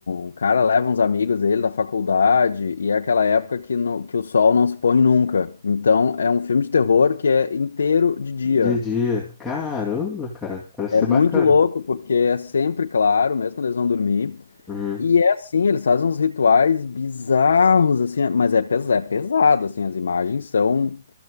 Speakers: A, on the left (about 80°); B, in the centre.
A: o cara leva uns amigos dele da faculdade, e é aquela época que, no- que o sol não se põe nunca. Então é um filme de terror que é inteiro de dia.
B: Dia a dia. Caramba, cara, parece
A: É
B: ser
A: muito
B: bacana.
A: louco, porque é sempre claro, mesmo quando eles vão dormir.
B: Uhum.
A: E é assim, eles fazem uns rituais bizarros, assim, mas é, pes é pesado, assim, as imagens são,